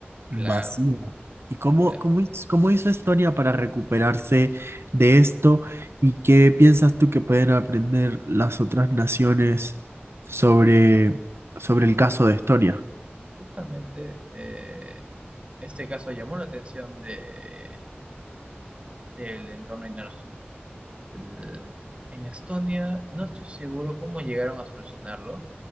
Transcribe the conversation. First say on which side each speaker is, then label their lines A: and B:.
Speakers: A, on the right; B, on the right.
A: Masiva.
B: Claro,
A: ¿Y cómo,
B: claro.
A: cómo, hiz- cómo hizo Estonia para recuperarse de esto? ¿Y qué piensas tú que pueden aprender las otras naciones sobre, sobre el caso de Estonia?
B: Justamente eh, este caso llamó la atención de, del entorno internacional. L- En Estonia no estoy seguro cómo llegaron a solucionarlo,